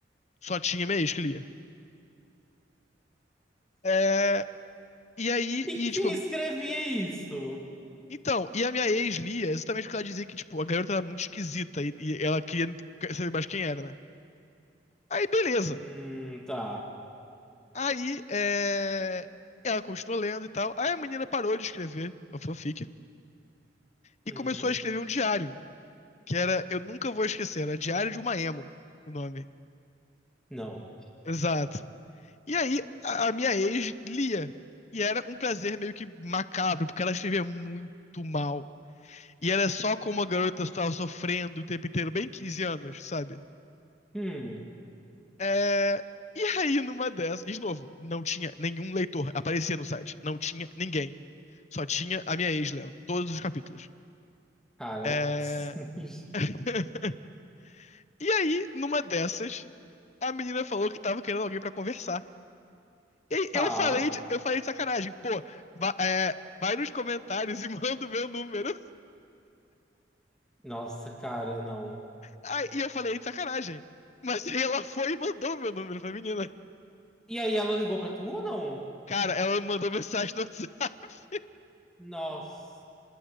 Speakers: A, on the left (about 40°); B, in the centre.
A: Só tinha minha ex que lia. É, e aí,
B: E
A: e
B: quem
A: tipo,
B: escrevia isso?
A: então, e a minha ex lia exatamente porque ela dizia que, tipo, a garota era muito esquisita e, e ela queria saber mais quem era, né? Aí, beleza.
B: Hum, tá.
A: Aí, é, ela continuou lendo e tal. Aí a menina parou de escrever a fanfic e
B: Hum,
A: começou a escrever um diário, que era, eu nunca vou esquecer, era Diário de uma Emo, o nome.
B: não.
A: Exato. E aí, a a minha ex lia. E era um prazer meio que macabro, porque ela escrevia muito mal. E era só como a garota estava sofrendo o tempo inteiro, bem 15 anos, sabe?
B: Hum,
A: É, E aí, numa dessas, e de novo, não tinha nenhum leitor, aparecia no site, não tinha ninguém. Só tinha a minha ex lendo todos os capítulos.
B: cara.
A: É,
B: <laughs>
A: <laughs> E aí, numa dessas, a menina falou que tava querendo alguém pra conversar. E
B: Tá.
A: Eu falei de, eu falei de sacanagem. Pô, va- é, vai nos comentários <laughs> e manda o meu número.
B: Nossa, cara, não.
A: Aí, e eu falei de sacanagem. Mas aí ela foi e mandou o meu número pra menina.
B: E aí, ela ligou pra tu ou não?
A: Cara, ela mandou mensagem no WhatsApp. <laughs>
B: Nossa,